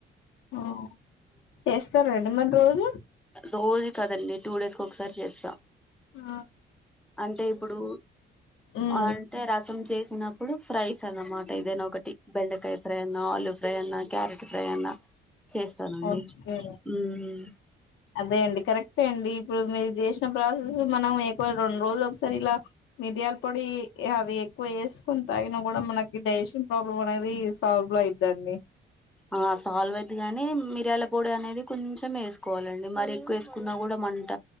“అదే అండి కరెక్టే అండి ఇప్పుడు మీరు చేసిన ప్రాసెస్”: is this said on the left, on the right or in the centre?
Left